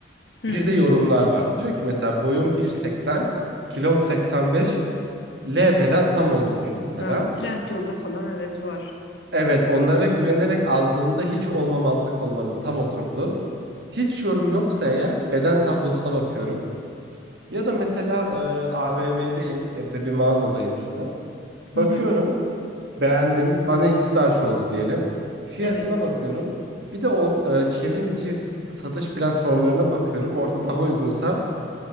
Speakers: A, on the left (about 75°); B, on the right (about 65°).
A: Hı.
B: Bir de yorumlar var. Diyor ki mesela boyum 1.80, kilom 85, L beden tam oldu diyor mesela.
A: Na, Trendyol'da falan evet var.
B: Evet onlara güvenerek aldığımda hiç olmamazlık olmadı, tam oturdu. Hiç yorum yoksa eğer beden tablosuna bakıyorum. Ya da mesela e, AVM'deyim ya da bir mağazadayım işte.
A: Hı
B: Bakıyorum
A: hı.
B: Beğendim. Bana iki sarç oldu diyelim. Fiyatına
A: Evet.
B: bakıyorum. Bir de o e, çevrim içi satış platformlarına bakıyorum. Orada daha uygunsa